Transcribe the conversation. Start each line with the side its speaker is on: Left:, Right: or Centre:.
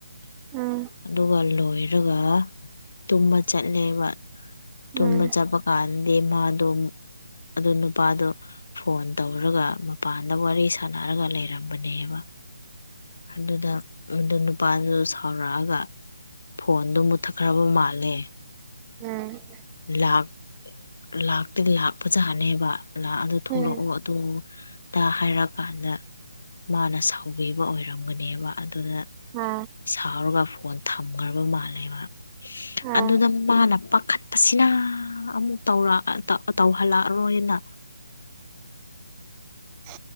Right: ꯎꯝ
Left: ꯑꯗꯨꯒ ꯂꯣꯏꯔꯒ ꯇꯨꯝꯕ ꯆꯠꯂꯦꯕ ꯇꯨꯝꯕ
Right: ꯎꯝ
Left: ꯆꯠꯄ ꯀꯥꯟꯗꯤ ꯃꯥꯗꯣ ꯑꯗꯨ ꯅꯨꯄꯥꯗꯣ ꯐꯣꯟ ꯇꯧꯔꯒ ꯃꯄꯥꯟꯗ ꯋꯥꯔꯤ ꯁꯥꯟꯅꯔꯒ ꯂꯩꯔꯝꯕꯅꯦꯕ ꯑꯗꯨꯗ ꯑꯗꯨ ꯅꯨꯄꯥꯗꯨ ꯁꯥꯎꯔꯛꯑꯒ ꯐꯣꯟꯗꯣ ꯃꯨꯊꯠꯈ꯭ꯔꯕ ꯃꯥꯜꯂꯦ
Right: ꯎꯝ
Left: ꯂꯥꯛ ꯂꯥꯛꯇꯤ ꯂꯥꯛ ꯐꯖꯥꯅꯦꯕ ꯂꯥꯛꯑ ꯑꯗꯨ ꯊꯣꯛꯂꯛꯑꯣ
Right: ꯎꯝ
Left: ꯇꯣ ꯇ ꯍꯥꯏꯔꯛꯑꯀꯥꯟꯗ ꯃꯥꯅ ꯁꯥꯎꯕꯤꯕ ꯑꯣꯏꯔꯝꯒꯅꯦꯕ ꯑꯗꯨꯗ
Right: ꯎꯝ ꯑ
Left: ꯁꯥꯎꯔꯒ ꯐꯣꯟ ꯊꯝꯈ꯭ꯔꯕ ꯃꯥꯜꯂꯦꯕ
Right: ꯑ
Left: ꯑꯗꯨꯗ ꯃꯥꯅ ꯄꯥꯈꯠ ꯑꯁꯤꯅ ꯑꯃꯨꯛ ꯇꯧꯔ ꯇꯧꯍꯜꯂꯛꯑꯔꯣꯏꯅ
Right: ꯎ